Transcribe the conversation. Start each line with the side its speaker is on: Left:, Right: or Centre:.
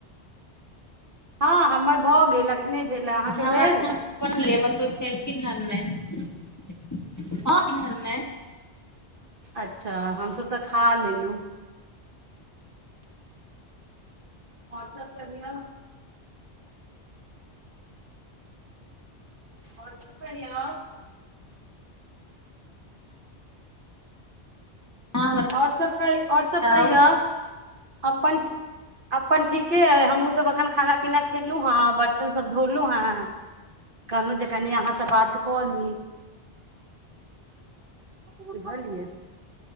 Right: हाॅं हमर भ गेल। एखने भेल अहाँके
Left: हम
Right: भेल
Left: अखैन बनेलिये बस ओ खेलखिन हे नै, हाॅं खेलखिन ये नै।
Right: अच्छा हमसब त खा लेलहुं। और सब कहियौ। और की कनिया।
Left: अहाँ
Right: और सब कहि और
Left: बताउ
Right: सब कहियौ अपन अपन ठीके अछि हमहुँ सब एखन खाना पीना खेलहुँ हें, बर्तन सब धोलहु हें। कहलहुँ जे कनि अहाँ से बात कऽ ली। बुझलियै।